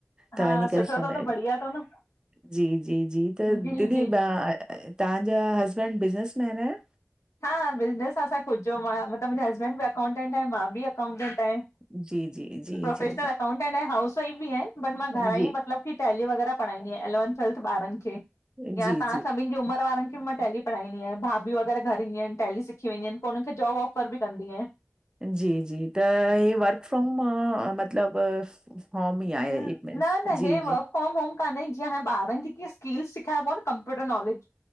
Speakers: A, on the right; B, on the left.
A: त
B: हा
A: इन करे
B: सुठो
A: समय
B: अथव न बढ़िया अथव न
A: जी, जी, जी त
B: जी
A: दीदी
B: जी
A: बां तव्हांजा हसबैंड बिज़नेसमैन आहिनि?
B: हा बिज़नेस आ असां खुदजो मां मतिलबु मुंहिंजो हसबैंड बि अकाउंटेंट आहे मां बि अकाउंटेंट आहियाँ।
A: जी, जी, जी,
B: प्रोफेशनल
A: जी,
B: अकाउंटेंट आहें हाउस वाइफ बि आहें बट
A: जी,
B: मां घरां ई मतलब की टैली वग़ैरह पढ़ाईंदी आहियां इलेवन, ट्वेल्थ बारन खे
A: जी,
B: या
A: जी,
B: तव्हा सभनि जी उमिरि वारनि खे माँ टेलि पढ़ाईंदी आहियां भाभियूं वगेरह घर ईंदी आहिन टैली सिखी वेंदी आहिन पो उन्हन खे जॉब ऑफर बि कंदी आहियाँ।
A: जी, जी, त हे वर्क फ्रोम मतिलब होम ही आहे
B: न
A: इट मींस
B: न
A: जी
B: हे
A: जी।
B: वर्क फ्रोम होम कान्हे, जीअं हाण बारन खे कीअं स्किल सिखायबो आ न कंप्यूटर नॉलेज